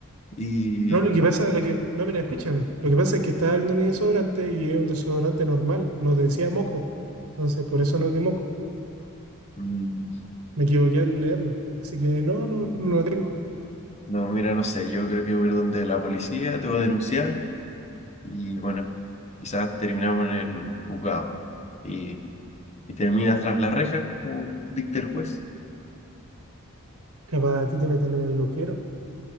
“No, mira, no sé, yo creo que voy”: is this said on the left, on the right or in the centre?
Left